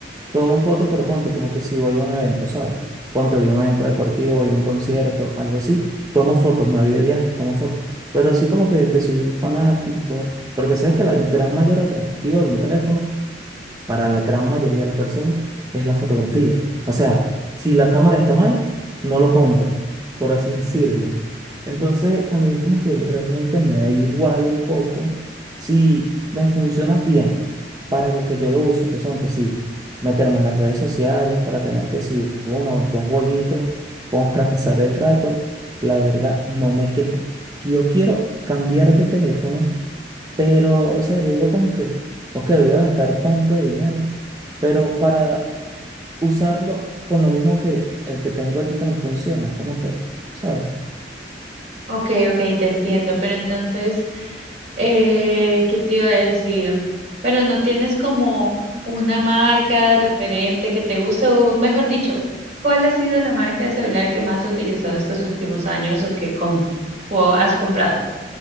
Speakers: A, on the right; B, on the right.
A: tomo fotos, pero ponte como que si voy a un evento, ¿sabes? Ponte, voy a un evento deportivo, voy a un concierto, algo así, tomo fotos, me voy de viaje, tomo fotos. Pero así como que de que soy fanático, porque sabes que la- el gran mayor atractivo de un teléfono para la gran mayoría de las personas, es la fotografía. O sea, si la cámara está mala, no lo compro, por así decirlo. Entonces, a mí como que realmente me da igual un poco si me funciona bien para lo que yo lo uso, que son que sí, meterme en las redes sociales para tener que si uno o dos jueguitos como para <laughs> pasar el rato, la verdad no me quejo. Que yo quiero cambiar de teléfono pero, o sea, yo digo como que, ok, voy a gastar tanto dinero, pero para usarlo con lo mismo que el que tengo ahorita me funciona. Es como que, ¿sabes?
B: Ok, ok, te entiendo, pero entonces... Eh, ¿qué te iba a decir? Pero no tienes como una marca referente que te guste, o mejor dicho, ¿cuál ha sido la marca de celular que más has utilizado estos últimos años o que com- o has comprado?